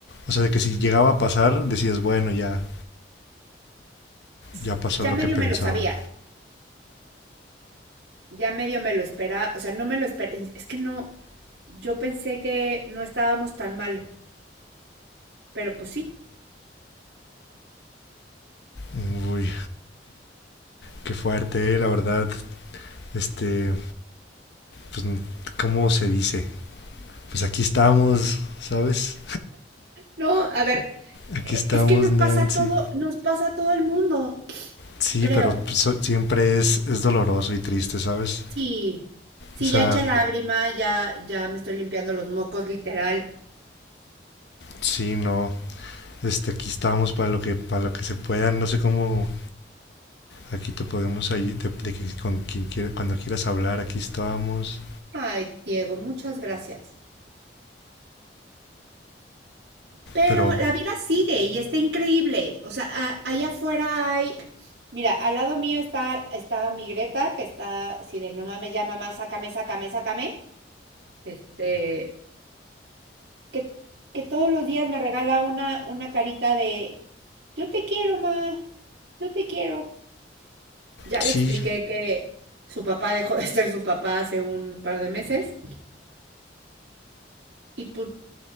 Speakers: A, on the left (about 70°); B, on the right (about 70°).
A: O sea, de que si llegaba a pasar, decías, bueno, ya,
B: S-
A: ya pasó
B: Ya
A: lo
B: medio
A: que pensaba.
B: me lo sabía. ya medio me lo esperaba, o sea, no me lo esperaba, es que no, yo pensé que no estábamos tan mal, pero pues sí.
A: Mm, Uy, qué fuerte, eh, la verdad. Este, pues, ¿cómo se dice? Pues aquí estamos, ¿sabes?
B: No, a ver,
A: Aquí
B: eh,
A: estamos,
B: es que nos
A: Nancy.
B: pasa todo, nos pasa a todo el mundo,
A: Sí,
B: creo.
A: pero pues, so- siempre es, es doloroso y triste, ¿sabes?
B: Sí, sí,
A: O sea,
B: ya eché lágrima, ya, ya me estoy limpiando los mocos, literal.
A: sí, no. Este, aquí estamos para lo que, para lo que se pueda. No sé cómo aquí te podemos ayudar, de, de que con quien quiera, cuando quieras hablar, aquí estamos.
B: Ay, Diego, muchas gracias. Pero
A: Pero
B: la vida sigue y está increíble. O sea, a- allá afuera hay. Mira, al lado mío está, está mi Greta, que está así de no mames, ya mamá, sácame, sácame, sácame. Este, Que, que todos los días me regala una, una carita de yo te quiero, ma, yo te quiero. ya
A: sí,
B: le expliqué que su papá dejó de ser su papá hace un par de meses y pues,